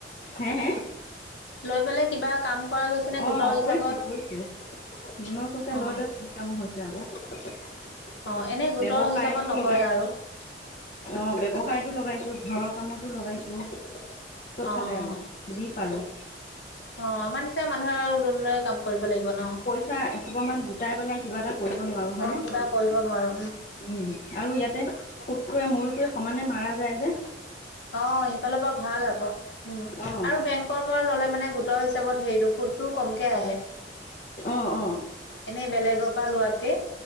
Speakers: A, on the left; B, on the left.
A: হে হে
B: লৈ পেলাই কিবা কাম কৰা গৈছে নে
A: অ',
B: গোটৰ হিচাপত
A: কৰিছো কৰিছো লোনৰ পইচা
B: অ
A: লৈ লৈ কাম হৈছে আকৌ। ব্যৱসায়তো
B: অ এনেই গোটৰ হিচাপত নকৰে
A: লগাইছো
B: আৰু
A: অ' ব্যৱসায়ত তো লগাইছো, ঘৰৰ কামতো লগাইছো চব
B: অ
A: ফালে
B: অ
A: আৰু যি পাৰো।
B: অ', আমাৰ নিচনা মানুহে আৰু লোন লৈয়ে কাম কৰিব লাগিব ন?
A: চা এসোপা মান গোটাই পেলাই কিবা এটা কৰিব নোৱাৰো হয়
B: অ
A: নে,
B: কিবা কৰিব নোৱাৰো
A: উম। আৰু ইয়াতে
B: <inaudible>
A: সূতটোৱে মূলটোৱে সমানে মাৰা যায় যে।
B: অ', সিফালৰ পৰা ভাল আকৌ
A: অঁ
B: আৰু বেং পৰা ল'লে মানে গোটৰ হিচাপত হেৰি সুতটোও কমকে আহে।
A: অ', অ'।
B: এনেই বেলেগৰ পৰা লোৱাতকে।